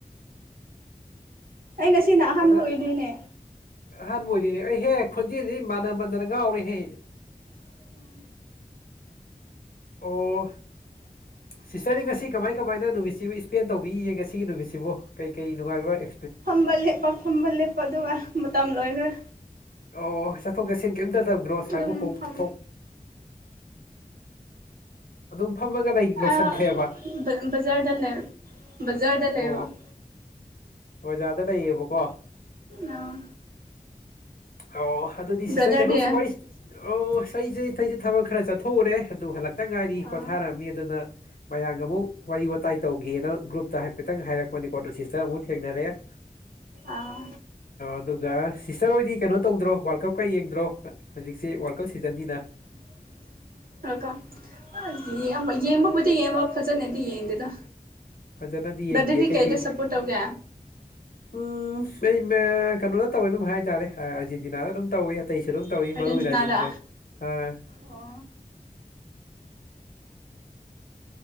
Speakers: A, on the right; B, on the left.
A: ꯑꯩ ꯉꯁꯤꯅ ꯑꯍꯥꯟꯕ
B: ꯑꯣ ꯅꯪ
A: ꯑꯣꯏꯗꯣꯏꯅꯦ
B: ꯑꯍꯥꯟꯕ ꯑꯣꯏꯗꯤꯅꯦ ꯑꯩꯍꯦ ꯈꯣꯟꯖꯦꯜꯁꯤ ꯃꯥꯟꯅ ꯃꯟꯗꯅ ꯉꯥꯎꯔꯦꯍꯦ
A: ꯎꯝ
B: ꯑꯣ
A: ꯂꯧꯁꯤꯟꯕ ꯉꯝꯗꯕ
B: ꯁꯤꯁꯇꯔꯗꯤ ꯉꯁꯤ ꯀꯃꯥꯏ ꯀꯃꯥꯏꯅ ꯅꯨꯃꯤꯠꯁꯤꯕꯨ ꯏꯁ꯭ꯄꯦꯟ ꯇꯧꯕꯤꯒꯤꯒꯦ ꯉꯁꯤꯒꯤ ꯅꯨꯃꯤꯠꯁꯤꯕꯨ ꯀꯩ ꯀꯔꯤ ꯅꯨꯡꯉꯥꯏꯕ ꯑꯦ
A: ꯐꯝꯕ ꯂꯦꯞꯄ ꯐꯝꯕ ꯂꯦꯞꯄ ꯑꯗꯨꯒ ꯃꯇꯝ ꯂꯣꯏꯈ꯭ꯔꯦ
B: ꯑꯣ ꯆꯠꯊꯣꯛ ꯆꯠꯁꯤꯟ ꯀꯩꯏꯝꯇ ꯇꯧꯗ꯭ꯔꯣ ꯑꯁ꯭ꯋꯥꯏꯕꯨꯛ
A: ꯑꯗꯨꯝ
B: ꯈꯣꯡ
A: ꯐꯝ
B: ꯆꯠꯊꯣꯛ ꯑꯗꯨꯝ ꯐꯝꯃꯒ ꯂꯩ ꯂꯣꯏꯁꯤꯟꯈ꯭ꯔꯦꯕ
A: ꯑꯥ ꯕ ꯕꯖꯥꯔꯗ ꯂꯩ ꯕꯖꯥꯔꯗ
B: ꯑꯣ
A: ꯂꯩꯕ <unintelligible>
B: ꯕꯖꯥꯔꯗ ꯂꯩꯌꯦꯕꯀꯣ
A: ꯑꯥ
B: ꯑꯥꯎ ꯑꯗꯨꯗꯤ ꯁꯤꯁꯇꯔ
A: ꯕ꯭ꯔꯗꯔꯗꯤ
B: ꯀꯩꯅꯣꯝꯁꯨꯝ ꯋꯥꯔꯤ ꯑꯣ ꯑꯁ ꯑꯩꯖꯦ ꯊꯩꯖꯦ ꯊꯕꯛ ꯈꯔ ꯆꯠꯊꯣꯛꯎꯔꯦ ꯑꯗꯨ ꯍꯜꯂꯛꯇ ꯉꯥꯏꯔꯤ
A: ꯑꯥ
B: ꯄꯣꯊꯥꯔꯝꯃꯤ ꯑꯗꯨꯅ ꯃꯌꯥꯝꯒ ꯑꯃꯨꯛ ꯋꯥꯔꯤ ꯋꯥꯇꯥꯏ ꯇꯧꯒꯦꯅ ꯒ꯭ꯔꯨꯞꯇ ꯍꯥꯏꯐꯦꯠꯇꯪ ꯍꯥꯏꯔꯛꯄꯅꯤꯀꯣ ꯑꯗ ꯁꯤꯁ ꯇꯔ ꯑꯃꯨꯛ ꯊꯦꯡꯅꯔꯦ ꯑꯣ
A: ꯑꯥ
B: ꯑꯗꯨꯒ ꯁꯤꯁꯇꯔ ꯍꯣꯏꯗꯤ ꯀꯩꯅꯣ ꯇꯧꯗ꯭ꯔꯣ ꯋꯥꯔꯜ ꯀꯞꯀ ꯌꯦꯡꯗ꯭ꯔꯣ ꯍ ꯍꯨꯖꯤꯛꯁꯦ ꯋꯥꯔꯜ ꯀꯞ ꯁꯤꯖꯟꯅꯤꯅ
A: <unintelligible> ꯔꯣ ꯀ ꯑ ꯌꯦꯡꯕ ꯌꯦꯡꯕꯕꯨꯗꯤ ꯌꯦꯡꯕ ꯐꯖꯅꯗꯤ ꯌꯦꯡꯗꯦꯗ
B: ꯐꯖꯅꯗꯤ
A: ꯗꯗꯤꯗꯤ
B: ꯌꯦꯡꯗꯤꯌꯦ
A: ꯀꯩꯗ
B: ꯀꯩ ꯀꯩ
A: ꯁꯞꯄꯣꯔꯠ ꯇꯧꯒꯦ
B: ꯎꯝ ꯃꯦꯏꯃꯥ ꯀꯩꯅꯣꯅ ꯇꯧꯋꯦ ꯑꯗꯨꯝ ꯍꯥꯏꯇꯥꯔꯦ ꯑ ꯑꯔꯖꯦꯟꯇꯤꯅꯥꯗ ꯑꯗꯨꯝ ꯇꯧꯋꯦ ꯑꯇꯩꯁꯨ ꯑꯗꯨꯝ ꯇꯧꯏ
A: ꯑꯥꯔꯖꯦꯟꯇꯤꯅꯥꯗ
B: ꯃꯔꯨ ꯑꯣꯏꯅ ꯑꯔꯖꯦꯟꯇꯤꯅꯥ ꯑꯥ
A: ꯑꯣ